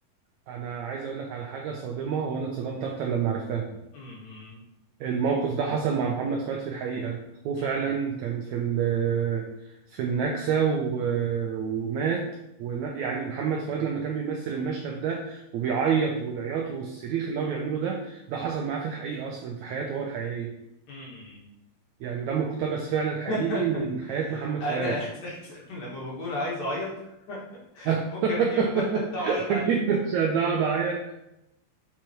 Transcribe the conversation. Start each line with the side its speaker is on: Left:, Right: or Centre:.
Right: انا عايز اقول لك على حاجه صادمه وانا اتصدمت اكتر لما عرفتها
Left: أمم،
Right: الموقف ده حصل مع محمد فؤاد في الحقيقة أخوه فعلا
Left: أمم،
Right: كان في ال- في النكسة و- ومات ون- يعني محمد فؤاد لما كان بيمثل المشهد ده وبيعيط والعياط والصريخ اللي هو بيعمله ده ده حصل معاه في الحقيقة أصلا في حياته هو الحقيقية
Left: أمم.
Right: يعني ده مقتبس فعلا حقيقي
Left: <laughs>
Right: من حياة محمد
Left: انا
Right: فؤاد
Left: اساسا لما بكون عايز اعيط
Right: <laughs>
Left: ممكن اجيب المشهد ده اعيط عليه
Right: أكيد مش هقعد أعيط